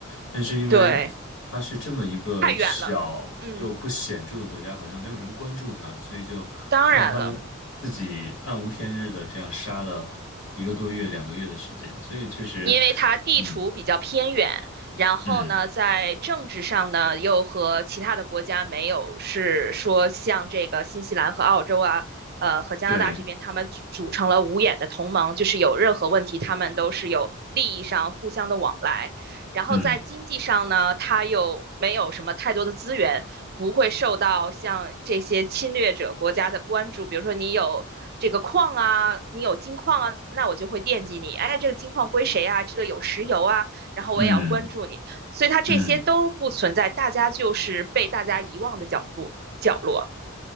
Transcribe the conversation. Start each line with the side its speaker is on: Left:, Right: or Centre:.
Left: 但是因为
Right: 对，
Left: 它是这么一个小又不显著的国家，
Right: 太远了，嗯，
Left: 好像没有人关注它，所以就让他们自己暗无天日的这样杀了一个多月、
Right: 当然了。
Left: 两个月的时间。所以确实，
Right: 因为它地处比较偏远，
Left: 嗯
Right: 然后呢，
Left: 嗯，
Right: 在政治上呢，又和其他的国家没有是说像这个新西兰和澳洲啊，呃和加拿大这边，
Left: 对。
Right: 他们组成了五眼的同盟，就是有任何问题，他们都是有利益上互相的往来。然后在经济上呢，
Left: 嗯
Right: 它又没有什么太多的资源，不会受到像这些侵略者国家的关注。比如说，你有这个矿啊，你有金矿啊，那我就会惦记你。哎，这个金矿归谁啊？这个有石油啊，然后我也要关注你。
Left: 嗯
Right: 所以它这些都不存在，
Left: 嗯，
Right: 大家就是被大家遗忘的角落角落。